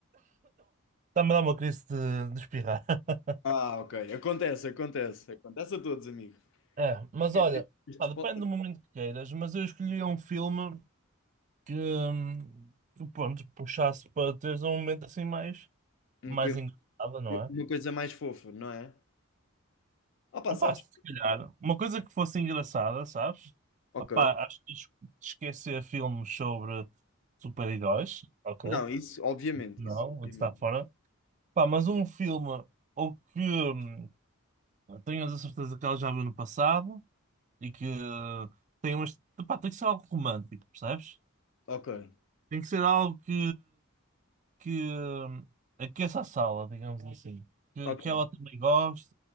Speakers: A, on the right; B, on the left.
A: Está-me a dar uma crise de, de espirrar. <laughs>
B: Ah, ok. Acontece, acontece. Acontece a todos, amigo.
A: É, mas
B: Quer
A: olha,
B: dizer, estes
A: pá, depende
B: podem-
A: do momento que queiras, mas eu escolhi um filme que, hum, que pronto, puxasse para teres um momento assim mais,
B: Um
A: mais
B: coi-
A: engraçado, não é?
B: Uma coisa mais fofa, não é? Ah, pá,
A: Opa,
B: sabes?
A: se calhar, uma coisa que fosse engraçada, sabes?
B: Ok.
A: Opa, acho que es- esquecer filmes sobre super-heróis, ok?
B: Não, isso, obviamente,
A: Não,
B: isso. Obviamente.
A: está fora. Pá, mas um filme ou que hum, tenhas a certeza que ela já viu no passado e que hum, tem umas. Pá, tem que ser algo romântico, percebes?
B: Ok.
A: Tem que ser algo que, que hum, aqueça a sala, digamos assim. Que,
B: Ok.
A: que ela também goste.